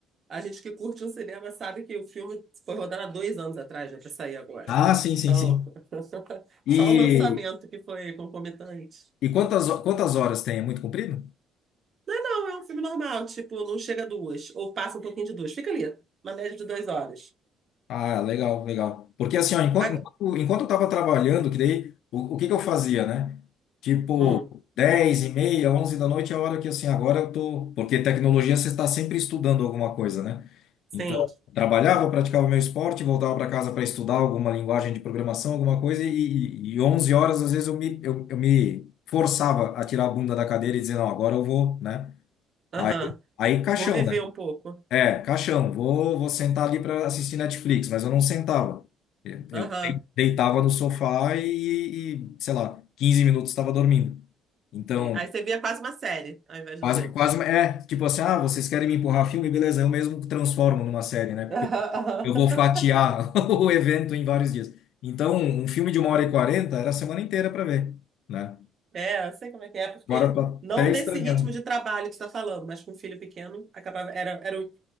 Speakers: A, on the right; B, on the left.
A: a gente que curte um cinema sabe que o filme foi rodado há dois anos atrás, né, para sair agora.
B: Ah, sim, sim,
A: Então,
B: sim.
A: <laughs>
B: E,
A: só o lançamento que foi concomitante.
B: e quantas, ho- quantas horas tem? É muito comprido?
A: Não, é um filme normal, tipo, não chega a duas, ou passa um pouquinho de duas. Fica ali, uma média de duas horas.
B: Ah, legal, legal. Porque assim, ó, enquanto,
A: Agora,
B: enquanto, enquanto eu tava trabalhando, que daí, o, o que que eu fazia, né? Tipo,
A: hum,
B: 10 e meia, 11 da noite é a hora que, assim, agora eu tô... Porque tecnologia você está sempre estudando alguma coisa, né?
A: sim,
B: Então, trabalhava, praticava meu esporte, voltava para casa para estudar alguma linguagem de programação, alguma coisa, e, e, e 11 horas, às vezes, eu me, eu, eu me forçava a tirar a bunda da cadeira e dizer, não, agora eu vou, né?
A: aham.
B: Aí, aí caixão,
A: Vou viver
B: né?
A: um pouco.
B: É, caixão, vou, vou sentar ali para assistir Netflix, mas eu não sentava. Eu eu
A: Aham.
B: dei- deitava no sofá e, e, sei lá, 15 minutos estava dormindo. Então,
A: sim. Aí você via quase uma série ao invés
B: quase,
A: do filme.
B: quase, é, tipo assim, ah, vocês querem me empurrar filme? Beleza, eu mesmo transformo numa série, né? Porque
A: Aham,
B: eu,
A: aham.
B: eu vou fatiar <laughs> o evento em vários dias. Então, um filme de uma hora e quarenta era a semana inteira para ver, né?
A: É, eu sei como é que é, porque
B: Agora eu tô
A: não
B: até
A: nesse
B: estranhando.
A: ritmo de trabalho que você está falando, mas com um filho pequeno, acabava, era, eram,